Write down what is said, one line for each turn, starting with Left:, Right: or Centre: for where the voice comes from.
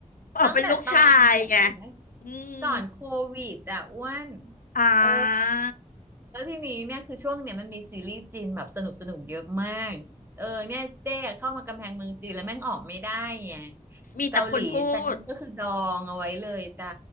Left: ออกเป็นลูกชายไง
Right: ตั้งแต่ตอนเดี๋ยวนะ
Left: อืม
Right: ก่อนโควิดอ่ะอ้วน
Left: อ่
Right: เออ
Left: า
Right: แล้วทีนี้เนี่ยคือช่วงเนี่ยมันมีซีรีส์จีนแบบสนุกสนุกเยอะมากเออเนี่ยเจ๊เข้ามากำแพงเมืองจีนแล้วแม่งออกไม่ได้ไง
Left: มีแต่คนพูด
Right: เกาหลีฉันก็คือดองเอาไว้เลยจ้ะ